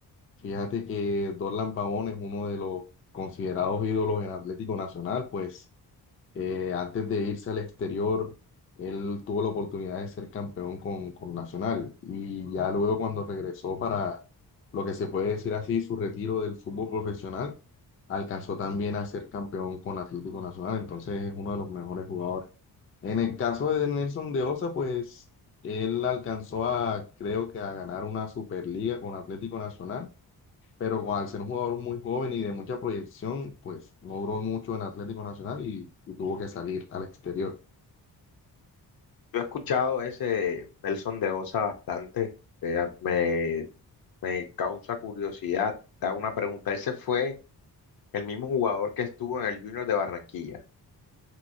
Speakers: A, on the left; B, on the left.
A: Fíjate que Dorlan Pavón es uno de los considerados ídolos en Atlético Nacional, pues eh, antes de irse al exterior, él tuvo la oportunidad de ser campeón con, con Nacional y ya luego cuando regresó para lo que se puede decir así, su retiro del fútbol profesional, alcanzó también a ser campeón con Atlético Nacional, entonces es uno de los mejores jugadores. En el caso de Nelson de Osa, pues él alcanzó a, creo que a ganar una Superliga con Atlético Nacional pero con- al ser un jugador muy joven y de mucha proyección, pues no duró mucho en Atlético Nacional y, y tuvo que salir al exterior.
B: Yo he escuchado ese Nelson de Osa bastante, eh, me, me causa curiosidad. Te hago una pregunta, ¿ese fue el mismo jugador que estuvo en el Junior de Barranquilla?